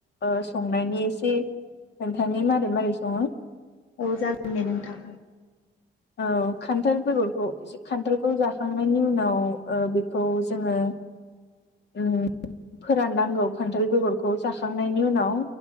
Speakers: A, on the left; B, on the left.
A: ओ संनायनि एसे खोनथानि मारै-मारै सङो।
B: औ जागोन दे नोंथां।
A: औ खान्थाल बेगरखौ खान्थालखौ जाखांनायनि उनाव ओ बेखौ जोङो उम फोराननांगौ खान्थाल बेगरखौ जाखांनायनि उनाव